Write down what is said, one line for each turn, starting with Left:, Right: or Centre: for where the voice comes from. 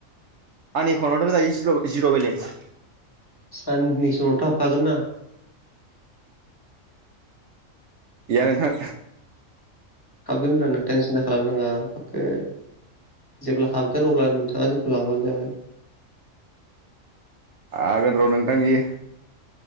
Right: आंनिएकानावथ' दायो जिर' जिर' बेलेन्स
Left: साननि सम उनाव थावखागोन ना
Right: गैया नोंथां
Left: हाबगोन ब्रा नोंथां सिन्था खालामनाङा हाबो जेब्ला हाबगोन अब्ला नोंथाङा जों होलांबानो जाबाय
Right: आगोन र' नोंथां बियो